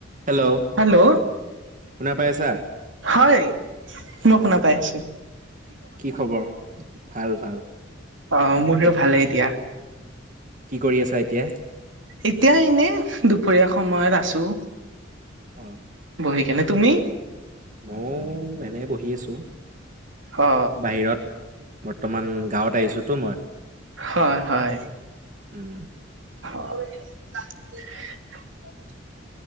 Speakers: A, on the right; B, on the right.
A: Hello
B: hello
A: শুনা পাই আছা?
B: হয় মই শুনা পাই আছো
A: কি খবৰ ভাল ভাল
B: অ মোৰও
A: তো
B: ভালেই এতিয়া
A: কি কৰি আছা এতিয়া
B: এতিয়া এনে দুপৰীয়া সময়ত আছো
A: অ
B: বহি কেনে তুমি
A: ময়ো এনে বহি আছো
B: অ
A: বাহিৰত বৰ্তমান গাঁৱত আহিছোতো মই
B: হয় হয়
A: উম
B: অ